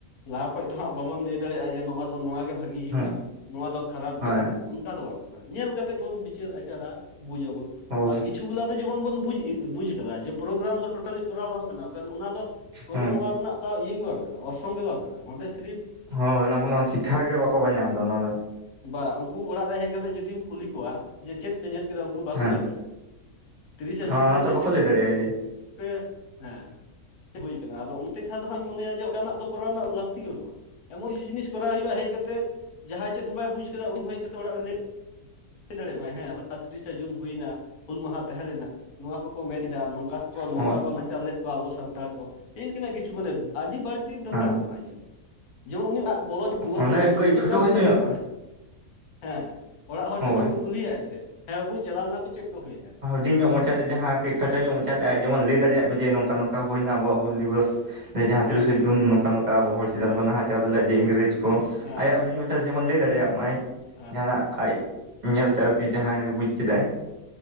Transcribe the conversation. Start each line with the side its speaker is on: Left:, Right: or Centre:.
Left: ᱞᱟᱦᱟ ᱠᱷᱚᱡᱽ ᱫᱚ ᱦᱟᱸᱜ ᱵᱟᱵᱚᱱ ᱞᱟᱹᱭ ᱫᱟᱲᱤᱭᱟᱜᱼᱟ ᱡᱮ ᱱᱚᱣᱟ ᱫᱚ ᱱᱚᱣᱟ ᱜᱮ ᱵᱷᱟᱜᱤ ᱦᱩᱭᱩᱜᱼᱟ
Right: ᱦᱮᱸ
Left: ᱱᱚᱣᱟ ᱫᱚ ᱠᱷᱟᱨᱟᱯ
Right: ᱦᱮᱸ
Left: ᱜᱮᱭᱟ ᱮᱸᱻᱦᱮᱜ᱾ ᱚᱱᱠᱟ ᱫᱚ ᱵᱟᱝ ᱠᱟᱱᱟ ᱧᱮᱞ ᱠᱟᱛᱮᱫ ᱵᱚᱱ ᱵᱤᱪᱟᱹᱨ ᱟᱪᱟᱨᱟ᱾ ᱵᱩᱡ ᱟᱵᱚᱱ
Right: ᱦᱳᱭ
Left: ᱟᱨ ᱠᱤᱪᱷᱩ ᱜᱩᱞᱟ ᱫᱚ ᱡᱮᱢᱚᱱ ᱵᱚᱱ ᱵᱩᱡ ᱵᱩᱡ ᱠᱟᱫᱟ ᱡᱮ ᱯᱨᱜᱮᱨᱟᱢ ᱫᱚ ᱴᱳᱴᱟᱞᱤ ᱠᱚᱨᱟᱣ ᱵᱟᱝ ᱜᱟᱱᱚᱜ-ᱟ ᱠᱷᱟᱱ ᱚᱱᱟ ᱫᱚ ᱠᱳᱱᱳ
Right: ᱦᱮᱸ
Left: ᱱᱚᱣᱟ ᱨᱮᱱᱟᱜ ᱫᱚ ᱤᱭᱟᱹ ᱜᱮ ᱵᱟᱝ ᱠᱟᱱᱟ, ᱚᱨᱥᱚᱝ ᱜᱮ ᱵᱟᱝ ᱠᱟᱱᱟ ᱚᱸᱰᱮ ᱥᱤᱨᱤᱯᱷ
Right: ᱦᱳᱭ ᱚᱱᱟ ᱠᱚᱱᱚ ᱥᱤᱠᱠᱷᱟ ᱜᱮ ᱵᱟᱠᱚ ᱧᱟᱢ ᱫᱟ ᱚᱱᱟ ᱨᱮ᱾
Left: ᱵᱟ, ᱩᱱᱠᱩ ᱚᱲᱟᱜ ᱨᱮ ᱦᱮᱡ ᱠᱟᱛᱮᱫ ᱡᱩᱫᱤᱢ ᱠᱩᱞᱤ ᱠᱚᱣᱟ ᱡᱮ ᱪᱮᱫ ᱯᱮ ᱧᱮᱞ ᱠᱮᱫᱟ ᱩᱱᱠᱩ ᱵᱟᱠᱚ
Right: ᱦᱮᱸ
Left: ᱞᱟᱹᱭ ᱫᱟᱲᱮᱭᱟᱜᱼᱟ, ᱛᱤᱨᱤᱥᱟ
Right: ᱚᱱᱟᱛᱮ
Left: ᱡᱩᱱ ᱨᱮ ᱡᱮ
Right: ᱵᱟᱠᱚ
Left: ᱪᱮᱫ
Right: ᱞᱟᱹᱭ ᱫᱟᱲᱮᱭᱟᱜᱼᱟ ᱡᱮ
Left: ᱯᱮ ᱦᱮᱸ ᱦᱩᱭ ᱠᱟᱱᱟ ᱟᱫᱚ ᱚᱱᱛᱮ ᱟᱪᱷᱟ ᱫᱚ ᱦᱟᱸᱜ ᱤᱧ ᱢᱚᱱᱮᱭᱟ ᱡᱮ ᱚᱠᱟᱱᱟᱜ ᱫᱚ ᱠᱚᱨᱟᱣ ᱨᱮᱱᱟᱜ ᱞᱟᱹᱠᱛᱤ ᱜᱮ ᱵᱟᱹᱱᱩᱜᱼᱟ᱾ ᱮᱢᱚᱱ ᱡᱤ ᱡᱤᱱᱤᱥ ᱠᱚᱨᱟᱣ ᱦᱩᱭᱩᱜᱼᱟ ᱦᱮᱡ ᱠᱟ ᱠᱟᱛᱮᱫ ᱡᱟᱦᱟᱸᱭ ᱪᱮᱫ ᱦᱚᱸ ᱵᱟᱭ ᱵᱩᱡ ᱠᱟᱫᱟ ᱩᱱᱤ ᱦᱚᱸ ᱦᱮᱡ ᱠᱟᱛᱮ ᱚᱲᱟᱜ ᱨᱮ ᱞᱟᱹᱭ ᱫᱟᱲᱮᱭᱟᱜ ᱢᱟᱭ ᱦᱮᱸ ᱟ ᱛᱨᱤᱥᱮ ᱡᱩᱱ ᱦᱩᱭᱱᱟ, ᱦᱩᱞ ᱢᱟᱦᱟ ᱛᱟᱦᱮᱸ ᱞᱮᱱᱟ, ᱱᱚᱣᱟ ᱠᱚᱠᱚ ᱢᱮᱱ ᱮᱫᱟ, ᱱᱚᱝᱠᱟ ᱠᱚ ᱱᱚᱝᱠᱟ
Right: ᱦᱳᱭ
Left: ᱠᱚ ᱪᱟᱨ ᱞᱮᱫ ᱠᱚᱣᱟ ᱟᱵᱚ ᱥᱟᱱᱛᱟᱲ ᱠᱚ, ᱤᱱᱠᱟᱹᱱᱟᱜ ᱠᱤ ᱠᱤᱪᱷᱩ ᱢᱟᱱᱮ ᱟᱹᱰᱤ ᱵᱟᱹᱲᱛᱤ ᱫᱚᱨᱠᱟᱨ
Right: ᱦᱮᱸ
Left: ᱵᱟᱱᱩᱜᱼᱟ ᱤᱧᱟᱹᱜ ᱫᱚ, ᱡᱮᱢᱚᱱ ᱩᱱᱤ ᱵᱚᱞᱚ ᱫᱩ ᱫᱩᱣᱟᱹᱨ
Right: ᱚᱱᱮ
Left: ᱵᱚᱞᱚ ᱪᱩ ᱩᱱᱟᱹᱜ
Right: ᱠᱟᱹᱡ ᱪᱷᱳᱴᱳ
Left: ᱜᱟᱱ
Right: ᱠᱷᱟᱴᱳ
Left: ᱫᱚᱭ ᱞᱟᱹᱭ
Right: ᱧᱚᱜ
Left: ᱫᱟᱲᱮᱜ ᱢᱟᱭ ᱦᱮᱸ᱾ ᱚᱲᱟᱜ ᱦᱚᱲ
Right: ᱦᱳᱭ
Left: ᱡᱚᱠᱷᱚᱱ ᱠᱚ ᱠᱩᱞᱤᱭᱟ ᱮᱱᱛᱮᱫ, ᱦᱮᱸ ᱵᱟᱵᱩ ᱪᱟᱞᱟᱣ ᱞᱮᱱᱟ ᱯᱮ ᱪᱮᱫ ᱠᱚ ᱦᱩᱭᱮᱱᱟ?
Right: ᱥᱤᱧ ᱧᱚᱜ ᱢᱚᱪᱟ ᱛᱮ ᱡᱟᱦᱟᱸ ᱠᱟᱹᱡ ᱠᱷᱟᱴᱚ ᱧᱚᱜ ᱢᱚᱪᱟ ᱛᱮ ᱟᱡ ᱡᱮᱢᱚᱱ ᱫᱟᱲᱮᱭᱟᱜ ᱢᱟ ᱡᱮ ᱱᱚᱝᱠᱟ ᱱᱚᱝᱠᱟ ᱦᱩᱭᱮᱱᱟ ᱟᱵᱚᱣᱟᱜ ᱦᱩᱞ ᱫᱤᱵᱚᱥ᱾ ᱮᱸ ᱡᱟᱦᱟᱸ ᱛᱤᱨᱤᱥᱮ
Left: ᱦᱮᱸ ᱦᱮᱸ
Right: ᱡᱩᱱ ᱱᱚᱝᱠᱟ ᱱᱚ ᱠᱟ ᱟᱵᱚ ᱦᱚᱲ ᱪᱮᱛᱟᱱ
Left: ᱦᱮᱸ
Right: ᱠᱚ ᱱᱟᱦᱟᱪᱟᱨ ᱞᱮᱫᱟ ᱡᱮ ᱤᱝᱨᱮᱡᱽ ᱠᱚ,
Left: ᱦᱮᱸ
Right: ᱟᱭᱟᱜ
Left: ᱦᱮᱸ
Right: ᱦᱩᱰᱤᱧ ᱢᱟᱪᱷᱟ ᱛᱮ ᱡᱮᱢᱚᱱ ᱞᱟᱹᱭ ᱫᱟᱲᱮᱭᱟᱜ ᱢᱟᱭ
Left: ᱦᱮᱸ
Right: ᱡᱟᱦᱟᱱᱟᱜ
Left: ᱦᱮᱸ
Right: ᱟᱡ ᱧᱮᱞᱛᱮ ᱟᱨᱠᱤ ᱡᱟᱦᱟᱸᱭ ᱵᱩᱡ ᱠᱮᱫᱟᱭ᱾